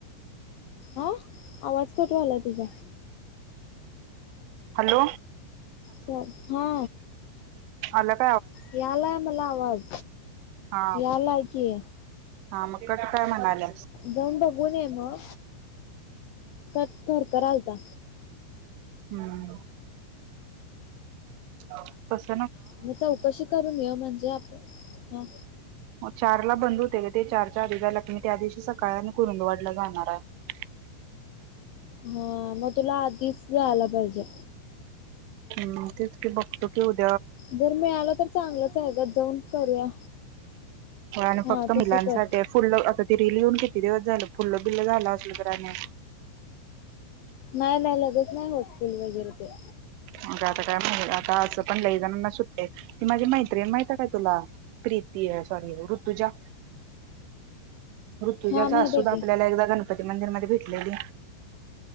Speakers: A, on the left; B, on the right.
A: आ? आवाज कटवालाय तुझा.
B: हॅलो.
A: स हा.
B: अलग <inaudible>
A: यालाय मला आवाज,
B: हा
A: यालाय कि.
B: हा, मग कट काय म्हणाल्या
A: जाऊन बघून ये मग. खर करालता.
B: हम्. बी
A: मग चौकशी करून ये म्हणजे आपण हा.
B: ग चार ला बंद होते ते चारच्या आधी झा ल क मी त्या दिवशी सकाळ आणि कुरुंदवाडला जाणार आहे.
A: हा मग तुला आधीच जायला पाहिजे.
B: हम्म तेच ते बघतो की होत
A: जर मिळालं तर चांगलंच आहे ग जाऊन करूया.
B: आणि
A: हा
B: फक्त मुलांसाठी
A: तसं कर.
B: रिल येऊन किती दिवस झालं फुल बिल्ल झालं असल तर आणि
A: नाही नाही लगेच नाही होत फूल वगैरे ते.
B: अ आता काय माहि आता असं पण लई जणांना सुट्टते ती माझी मैत्रीण माहित काय तुला प्रीती सॉरी ऋतुजा ऋतुजाचा
A: हा माहित
B: अस सुधा
A: आहे
B: आपल्याला
A: की
B: एकदा गणपती मंदिरमध्ये भेटलेली